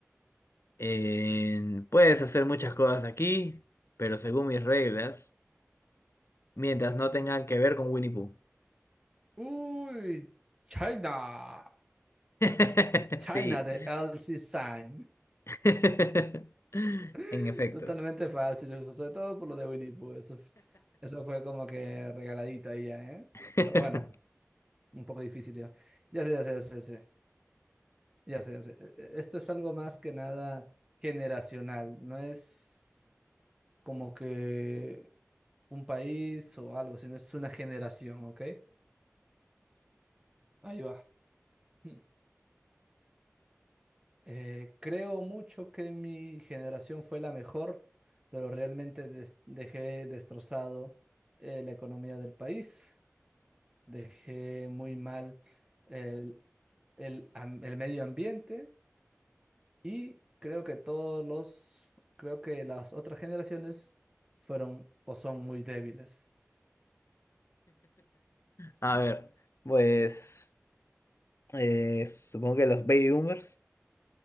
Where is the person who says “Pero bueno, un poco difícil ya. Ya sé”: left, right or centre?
Right